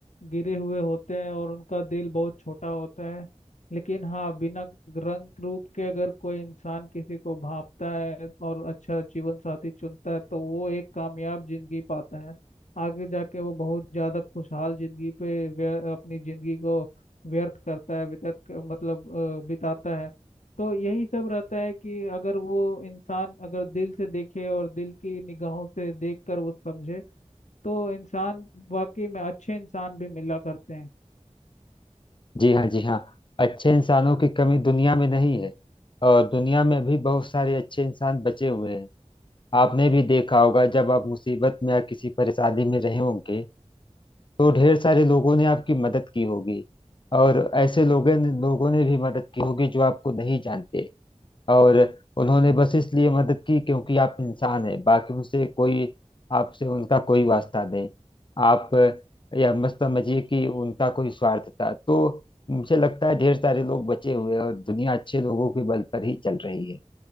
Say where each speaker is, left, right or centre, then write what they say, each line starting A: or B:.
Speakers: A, on the left; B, on the left.
A: गिरे हुए होते हैं और उनका दिल बहुत छोटा होता है लेकिन हाँ बिना रंग रूप के अगर कोई इंसान किसी को भांपता है और अच्छा जीवन साथी चुनता है तो वो एक कामयाब जिंदगी पाता है आगे जाके वो बहुत ज्यादा खुशहाल जिंदगी पे व्य- अपनी जिंदगी को व्यर्थ करता है व्यतीत मतलब अ, बिताता है तो यही सब रहता है कि अगर वो इंसान अगर दिल से देखे और दिल की निगाहों से देखकर वो समझे तो इंसान वाकई में अच्छे इंसान भी मिला करते हैं
B: जी हाँ जी हाँ अच्छे इंसानों की कमी दुनिया में नहीं है और दुनिया में भी बहुत सारे अच्छे इंसान बचे हुए हैं आपने भी देखा होगा जब आप मुसीबत में या किसी परेशानी में रहे होंगे तो ढेर सारे लोगों ने आपकी मदद की होगी और ऐसे लोगों ने लोगों ने भी मदद की होगी जो आपको नहीं जानते और उन्होंने बस इसलिए मदद की क्योंकि आप इंसान हैं बाकी उनसे कोई आपसे उनका कोई वास्ता नहीं आप यह मत समझिए कि उनका कोई स्वार्थ था तो मुझे लगता है ढेर सारे लोग बचे हुए हैं और दुनिया अच्छे लोगों के बल पर ही चल रही है